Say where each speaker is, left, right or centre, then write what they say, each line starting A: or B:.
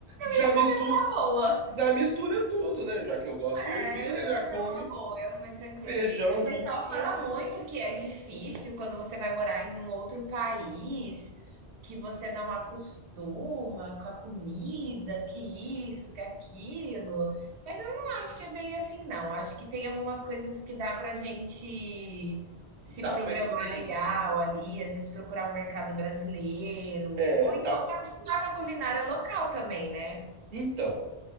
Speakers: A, on the right; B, on the right.
A: ia
B: já mistura,
A: comer numa boa.
B: já mistura tudo, né? Já que eu gosto
A: É,
B: de ervilha,
A: eu ia
B: já
A: comer
B: come
A: uma boa, eu ia comer tranquilo.
B: feijão
A: O pessoal
B: junto com
A: fala
B: ervilha.
A: muito que é difícil quando você vai morar em um outro país, que você não acostuma com a comida, que isso, que aquilo. Mas eu não acho que é bem assim, não. Acho que tem algumas coisas que dá pra gente se
B: Dá
A: programar
B: pra... en- Isso.
A: legal ali, às vezes procurar um mercado brasileiro,
B: É,
A: ou
B: dá...
A: então se acostumar com a culinária local também, né?
B: Então,